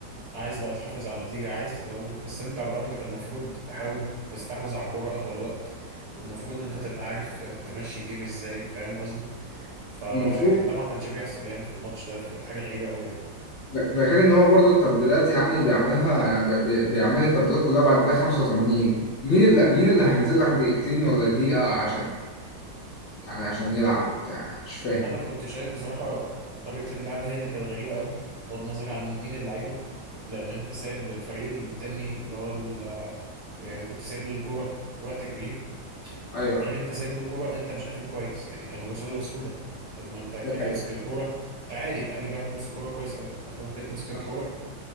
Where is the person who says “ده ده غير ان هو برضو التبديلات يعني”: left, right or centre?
Left